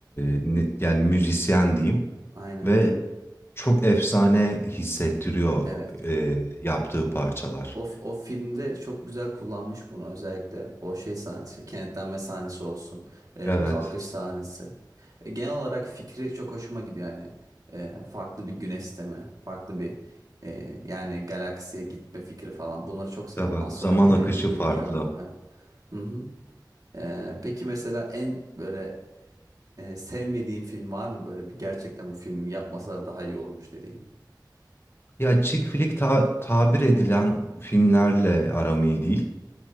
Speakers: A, on the left; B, on the right.
A: e, ne- yani müzisyen diyeyim
B: Aynen.
A: ve çok efsane hissettiriyor
B: Evet.
A: e, yaptığı parçalar.
B: O, o filmde çok güzel kullanmış bunu özellikle o şey sahnesi, kenetlenme sahnesi olsun, e,
A: Evet.
B: kalkış sahnesi. E, genel olarak fikri çok hoşuma gidiyor yani E, farklı bir güneş sistemi, farklı bir e, yani galaksiye gitme fikri falan. Bunları çok seviyorum.
A: Evet.
B: Astronomi
A: Zaman akışı
B: de
A: farklı.
B: bilgi alanım. Evet. Hı hı. E, peki mesela en böyle e, sevmediğin film var mı böyle bir gerçekten bu filmi yapmasalar daha iyi olurmuş dediğin?
A: Ya chick flick ta- tabir edilen filmlerle aram iyi değil.